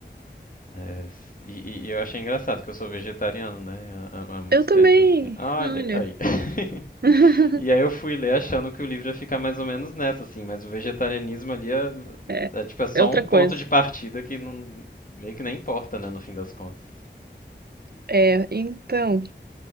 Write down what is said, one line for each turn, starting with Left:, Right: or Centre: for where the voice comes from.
Left: é, e, e, eu achei engraçado que eu sou vegetariano né há, há muito
Right: Eu também,
Left: tempo assim olha
Right: olha.
Left: aí
Right: <laughs>
Left: <laughs> e aí eu fui ler achando que o livro ia ficar mais ou menos nessa assim mas o vegetarianismo ali é,
Right: É,
Left: é tipo é só
Right: é outra
Left: um ponto
Right: coisa.
Left: de partida que não, meio que nem importa né no fim das contas
Right: É, então,